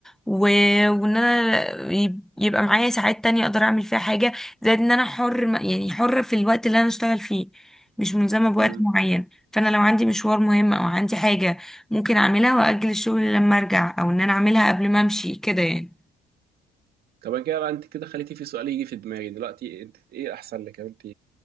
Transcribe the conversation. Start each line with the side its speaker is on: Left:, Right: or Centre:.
Centre: و... وان انا يب- يبقى معايا ساعات تانية اقدر اعمل فيها حاجة زائد ان انا حر م- يعني حر في الوقت اللي انا اشتغل فيه مش ملزمة بوقت
Right: مم.
Centre: معين فانا لو عندي مشوار مهم او عندي حاجة ممكن اعملها واجل الشغل لما ارجع او ان انا اعملها قبل ما امشي كده يعني
Right: طب أنا كده بقى انت كده خليتي في سؤال يجي في دماغي دلوقتي انت ايه احسن لك يعني انت